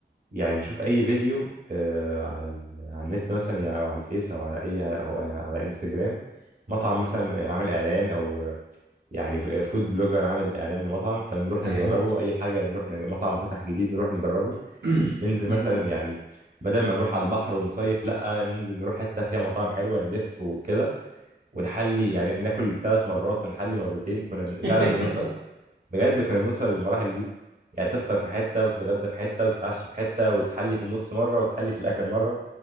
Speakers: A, on the right; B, on the right.
A: يعني نشوف اي فيديو آه، على على النت مثلا يعني او على الفيس او على اي او على انستجرام مطعم مثلا عامل اعلان او يعني ف- فود بلوجر عامل اعلان لمطعم فنروح
B: أيوه
A: نجربه اي حاجه نروح ن- مطعم فتح جديد نروح نجربه
B: <clears throat>
A: ننزل
B: أها.
A: مثلا يعني بدل ما نروح على البحر ونصيف لا ننزل نروح حته فيها مطاعم حلوه نلف وكده ونحلي يعني ناكل ثلاث مرات ونحلي مرتين كنا بن- فعلا
B: <laughs>
A: بنوصل بجد كنا بنوصل للمراحل دي يعني تفطر في حتة وتتغدى في حتة وتتعشى في حتة وتحلي في النص مرة وتحلي في الآخر مرة